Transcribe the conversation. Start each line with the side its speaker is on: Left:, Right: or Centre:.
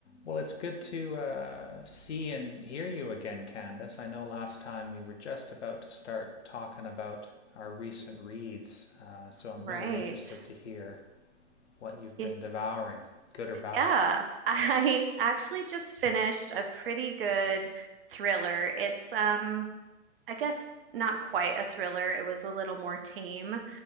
Left: Well, it's good to uh, see and hear you again, Candace. I know last time we were just about to start talking about our recent reads, uh, so I'm
Right: Right.
Left: really interested to hear what you've
Right: Y-
Left: been devouring, good or bad.
Right: Yeah. I <laughs> actually just finished a pretty good thriller. It's um I guess not quite a thriller. It was a little more tame,